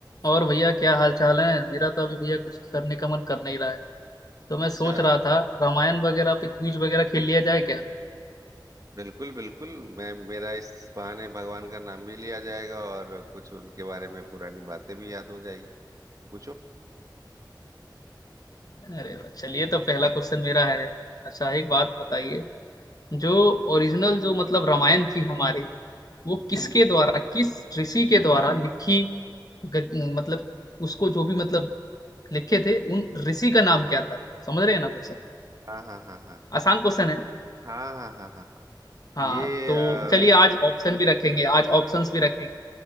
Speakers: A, on the left (about 50°); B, on the right (about 45°).
A: और भैया क्या हाल चाल है मेरा तो अभी भैया कुछ करने का मन कर नहीं रहा है तो मैं सोच
B: अच्छा
A: रहा था रामायण वगैरह पे क्विज वगैरह खेल लिया जाए क्या
B: बिल्कुल बिल्कुल मैं मेरा इस बहाने भगवान का नाम भी लिया जाएगा और कुछ उनके बारे में पुरानी बातें भी याद हो जाएगी पूछो
A: अरे वाह चलिए तो पहला क्वेश्चन मेरा है अच्छा एक बात बताइए जो ओरिजिनल जो मतलब रामायण थी हमारी वो किसके
B: हम्म
A: द्वारा किस ऋषि के द्वारा लिखी ग, मतलब उसको जो भी मतलब लिखे थे उन ऋषि का नाम क्या था समझ रहे हैं ना क्वेश्चन
B: हाँ हाँ हाँ हाँ
A: आसान क्वेश्चन है
B: हाँ हाँ हाँ हाँ हाँ
A: हाँ
B: ये
A: तो
B: अ,
A: चलिए आज ऑप्शन भी रखेंगे आज ऑप्शंस भी रखेंगे